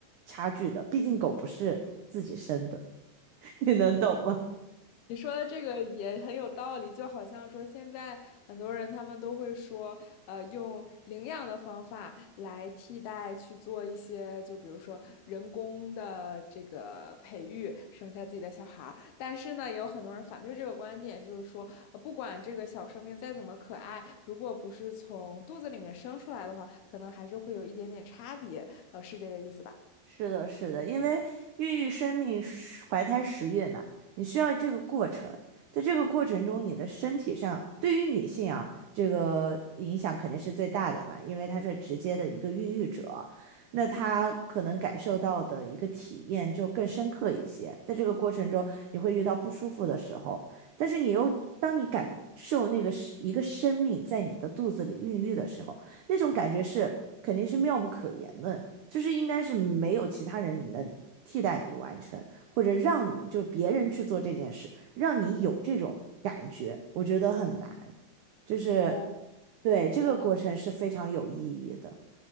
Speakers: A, on the right; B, on the left.
A: 差距的，毕竟狗不是自己生的，<laughs> 你能懂吗？
B: 你说的这个也很有道理，就好像说现在很多人他们都会说，呃，用领养的方法来替代去做一些，就比如说人工的这个培育，生下自己的小孩儿。但是呢，也有很多人反对这个观点，就是说，呃，不管这个小生命再怎么可爱，如果不是从肚子里面生出来的话，可能还是会有一点点差别。呃，是这个意思吧？
A: 是的，是的，因为孕育生命是怀胎十月嘛，你需要这个过程。在这个过程中，你的身体上对于女性啊，这个影响肯定是最大的嘛，因为她是直接的一个孕育者，那她可能感受到的一个体验就更深刻一些。在这个过程中，你会遇到不舒服的时候，但是你又当你感受那个是一个生命在你的肚子里孕育的时候，那种感觉是肯定是妙不可言的。就是应该是没有其他人能替代你完成，或者让你就是别人去做这件事，让你有这种感觉，我觉得很难，就是
B: 哦，
A: 对这个过程是非常有意义的。
B: 原来。